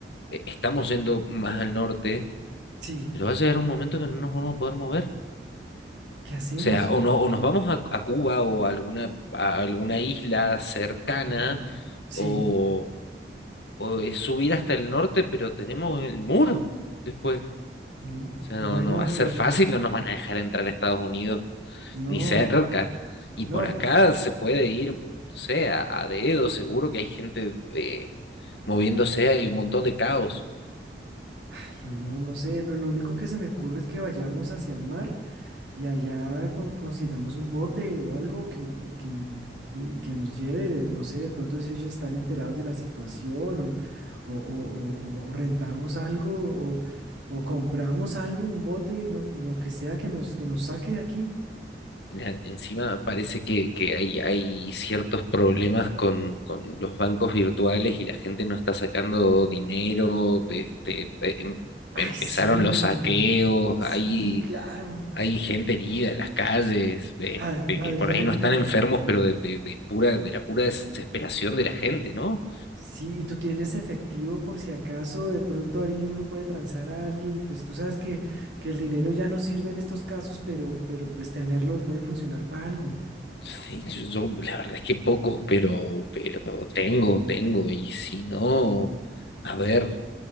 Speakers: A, on the left; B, on the right.
A: eh, estamos yendo más al norte,
B: Sí,
A: pero va a llegar un momento que no nos vamos a poder mover.
B: ¿qué hacemos?
A: O sea, o, no, o nos vamos a, a Cuba o a alguna, a alguna isla cercana,
B: Mm, Sí,
A: o, o es subir hasta el norte, pero tenemos el muro después.
B: mm,
A: O sea,
B: bueno,
A: no, no va a ser
B: pero
A: fácil, no nos van a dejar entrar a Estados Unidos
B: no,
A: ni cerca. Y
B: no,
A: por acá se puede ir, no sé, a, a dedo, seguro que hay gente eh, moviéndose, hay un montón de caos.
B: ay, no, no sé, lo, lo único que se me ocurre es que vayamos hacia el mar y allá con- consigamos un bote o algo que, que, y que nos lleve, de, no sé, de pronto si ellos están enterados de la situación o, o, o- o- o rentamos algo o, o compramos algo, un bote, no- lo que sea que nos, que nos saque de aquí.
A: La- Encima parece que, que hay, hay ciertos problemas con, con los bancos virtuales y la gente no está sacando dinero, este, em-
B: Ay,
A: empezaron
B: sí,
A: los saqueos,
B: sí,
A: hay
B: claro.
A: hay gente herida en las calles, este,
B: A-
A: que
B: Adrián,
A: por ahí no están enfermos, pero de, de- de pura, de la pura desesperación de la gente, ¿no?
B: Sí, y tú tienes efectivo por si acaso de pronto ahí uno puede transar a alguien, pues tú sabes que, que el dinero ya no sirve en estos casos, pero, pero pues tenerlo puede funcionar para algo.
A: Sí, yo, yo, la verdad es que poco, pero, pero tengo, tengo, y si no, a ver,